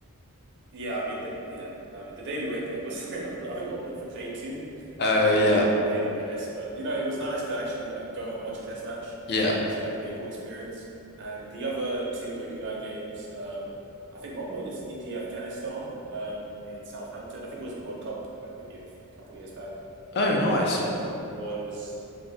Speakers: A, on the right (about 50°); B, on the left (about 45°).
A: Yeah, I mean the yeah, I mean the day we went there was <laughs> I think we went for day two.
B: Oh
A: Uh,
B: yeah.
A: India didn't play the best, but you know it was nice to actually like go and watch a test match.
B: Yeah.
A: That was definitely a cool experience. And the other two ODI games, um, I think one was India Afghanistan um, in Southampton. I think it was a World Cup, like maybe a couple years back.
B: Oh
A: And
B: nice.
A: then one of them was